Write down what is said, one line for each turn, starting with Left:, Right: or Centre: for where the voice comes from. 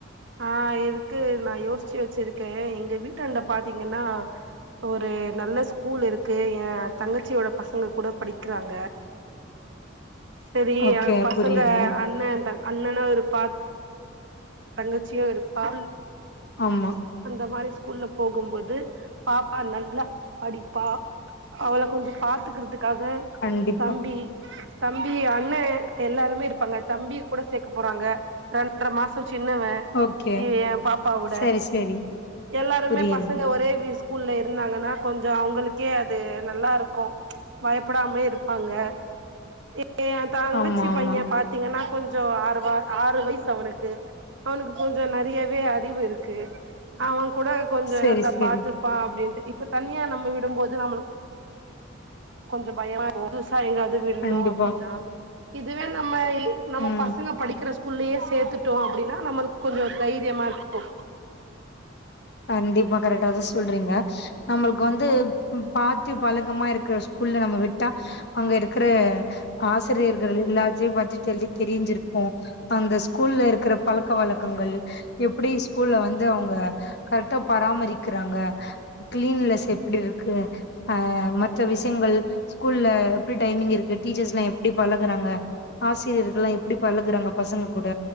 Right: ஆ இருக்கு நா யோச்சு வச்சிருக்கே எங்க வீட்டாண்ட பாத்தீங்கன்னா ஒரு நல்ல ஸ்கூல் இருக்கு ஏ தங்கச்சியோட பசங்க கூட படிக்கிறாங்க செரியா
Left: ஓகே
Right: பசங்க
Left: புரியுது
Right: அண்ணே அண்ணனு இருப்பா தங்கச்சியு இருப்பா
Left: ஆமா
Right: அந்த மாதிரி ஸ்கூல்ல போகும்போது பாப்பா நல்லா படிப்பா அவள கொஞ்ச பாத்துக்கறதுக்காக
Left: கண்டிப்பா
Right: தம்பி தம்பி அண்ண எல்லாருமே இருப்பாங்க தம்பி கூட சேக்க போறாங்க ரெண்டர மாச சின்னவ
Left: ஓகே
Right: ஏ பாப்பாவோட
Left: சரி சரி
Right: எல்லாருமே
Left: புரியுது
Right: பசங்க ஒரே விஷ் ஸ்கூல்ல இருந்தாங்கன்னா கொஞ்ச அவங்களுக்கே அது நல்லாருக்கு பயப்படாம இருப்பாங்க ஏ அந் தங்கச்சி
Left: ஆமா ஆமா
Right: பைய பாத்தீங்கன்னா கொஞ்ச ஆறுவ ஆறு வயசு அவனுக்கு அவனுக்கு கொஞ்ச நெறையவே அறிவு இருக்கு அவ கூட கொஞ்ச
Left: சரி
Right: நல்லா
Left: சரி
Right: பாத்து பா அப்டின்ட்டு இப்ப தனியா நம்ம விடும்போது நம்மளுக் கொஞ்ச பயமா இருக்கு புதுசா எங்காவது விட்ணு
Left: கண்டிப்பா
Right: அப்டின்னா இதுவே நம்ம நம்ம
Left: ம்
Right: பசங்க படிக்கிற ஸ் கூல்லேயே சேத்துட்டோ அப்டின்னா நம்மளுக்கு கொஞ்ச தைரியமா இருக்கு
Left: கண்டிப்பா கரெக்டா தா சொல்றீங்க நம்மளுக்கு வந்து ம் பாத்து த்து பழக்கமா இருக்குற ஸ்கூல்ல நம்ம விட்டா அங்க இருக்குற ஆசிரியர்கள் எல்லாத்தையு பத்தி டெல்லி தெரிஞ்சிருக்கு அந்த ஸ்கூல்ல இருக்கிற பழக்க வழக்கங்கள் எப்டி ஸ்கூல்ல வந்து அவுங்க ட்ட பராமரிக்கிறாங்க கிளீன்லஸ் எப்டி இருக்கு ஆ மற்ற விஷயங்கள் ஸ்கூல்ல எப்டி டைமிங் இருக்கு டீச்சர்ஸ் எல்லா எப்டி பழகுறாங்க ஆசிரியர்கள்லா எப்டி பழகுறாங்க பசங்க கூட